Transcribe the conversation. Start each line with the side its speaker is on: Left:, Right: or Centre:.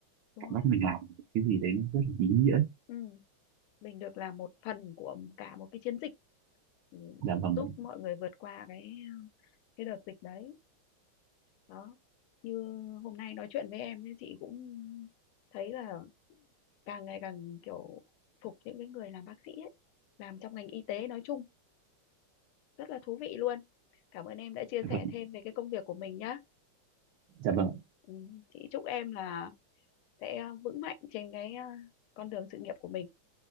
Left: đúng
Right: cảm
Left: rồi
Right: giác mình làm cái gì đấy nó rất là ý nghĩa
Left: ừ. mình được làm một phần của cả một cái chiến dịch ừ,
Right: dạ vâng
Left: giúp mọi người vượt qua cái cái đợt dịch đấy đó như hôm nay nói chuyện với em ấy, chị cũng thấy là càng ngày càng kiểu phục những cái người làm bác sĩ ấy, làm trong ngành y tế nói chung rất là thú vị luôn cảm ơn em đã chia
Right: dạ
Left: sẻ
Right: vâng
Left: thêm về cái công việc của mình nhá
Right: dạ vâng
Left: ừ, chị chúc em là sẽ ờ, vững mạnh trên cái ờ, con đường sự nghiệp của mình